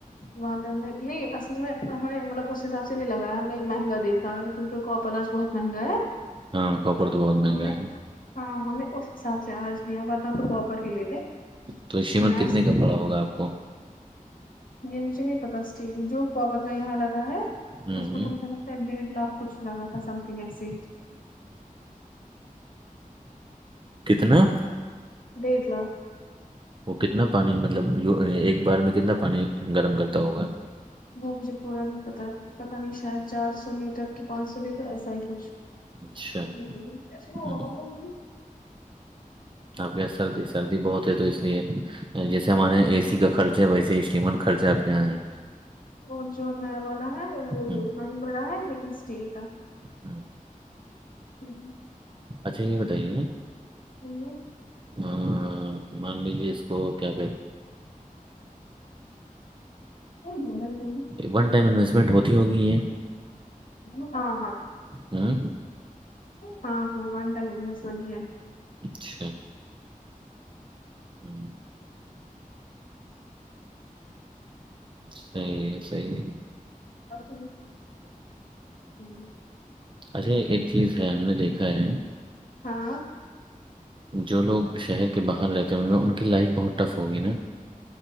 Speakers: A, on the left; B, on the right.
A: وہاں پہ ہمیں نہیں اصل میں ہم نے مطلب اس حساب سے نہیں لگایا ہم نے مہنگا دیکھا ہے کیونکہپراج بہت مگو
B: ہاں کو پرڑ تو بہت- مہنگا
A: ہم نے
B: ہے
A: ہاں ہم نے اس حساب سے آج لیا ب تھا تو وہاپر ہی لیتے-
B: تویمن
A: ہم نے
B: کتنے
A: آج
B: کا پڑا ہوگا آپ کو-
A: یہ مجھے نہیں پتا اسٹیک جو کاپر کا یہاں لگا ہے
B: ہوں
A: اس
B: ہوں
A: کو تو مجھے- ر ڈیڑھ لاکھ کچھ لگا تھا سم تھنگ ایسے-
B: کتنا-
A: ڈیڑھ لاکھ-
B: وہ کتنا پانی مطلب ایک بار میں کتنا پانی گرم کرتا ہوگا-
A: وہ مجھے پورا نہیں پتا پتا نہیں شاید چار سو لیٹر کہ پانچ سو لیٹر ایسا ہی کچھ- ج
B: اچھا-
A: ج پس میں
B: ہوں
A: ہو ہوی-
B: آپ کے یہاں سردی سردی بہت ہے تو اس لیے جیسے
A: کچھ
B: ہمارے یہاں اے سی کا خرچ- جب ویسے اسٹیمن خرچہ کیا ہے-
A: اور جو نیا والا ہے بھی
B: ہوں،
A: اتنا ہی بڑا ہے لیکن- ٹھیک ہے
B: ہوں۔
A: ہ ہ
B: اچھا یہ بتائیے-
A: ہی
B: ہاں-ہاں مان لیجیے اس- اوکے ا
A: کیا بول گ
B: ون ٹائم انویسٹمنٹ ہوتی ہوگی یہ-
A: ہاں-ہاں،
B: ہاں
A: ہاں-ہاں منتا بس ویا-
B: اچھا ہ صحیح ہے صحیح ہے
A: اھی ہ <inaudible>
B: اچھا ہے ایک چیز ہے ہم نے دیکھا ہے
A: ہاں
B: جو لوگ شہر کے باہر رہتے ہوں گے ان کی لائف بہت ٹف ہوگی نا